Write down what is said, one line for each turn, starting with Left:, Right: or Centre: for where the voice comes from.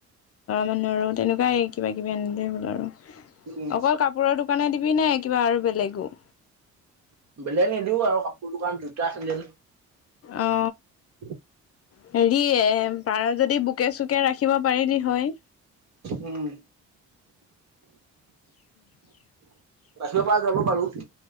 Left: মানুহৰো তেনেকুৱাই কিবা কিবি আনিলেই হ'ল আৰু
Right: উম
Left: অকল কাপোৰৰ দোকানে দিবি ই নাই কিবা আৰু বেলেগো
Right: বেলেগ নিদিও আৰু কাপোৰ দোকান জোতা, চেন্দেল
Left: অ
Right: <unintelligible>
Left: হেৰি পাৰ যদি বোকে চোকে ৰাখিব পাৰিলি হয়
Right: উম বাচিব পৰা যাব বাৰু